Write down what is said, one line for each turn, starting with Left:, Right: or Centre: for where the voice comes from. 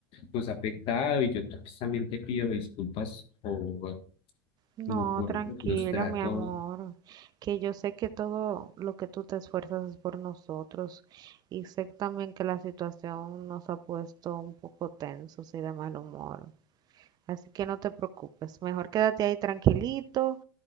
Left: nos ha afectado y yo pues, también te pido disculpas por,
Right: No,
Left: como por
Right: tranquilo,
Left: los tratos.
Right: mi amor, que yo sé que todo lo que tú te esfuerzas es por nosotros y sé también que la situación nos ha puesto un poco tensos y de mal humor. Así que no te preocupes, mejor quédate ahí tranquilito